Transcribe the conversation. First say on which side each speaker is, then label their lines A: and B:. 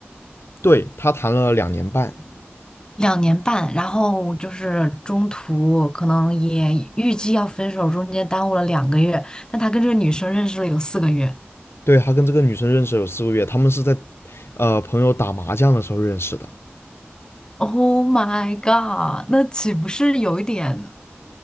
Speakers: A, on the left; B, on the left.
A: 对，他谈了两年半，
B: 两年半，然后就是中途可能也预计要分手，中间耽误了两个月，但他跟这个女生认识了有四个月。
A: 对，他跟这个女生认识有四个月，他们是在呃朋友打麻将的时候认识的。
B: Oh my god，那岂不是有一点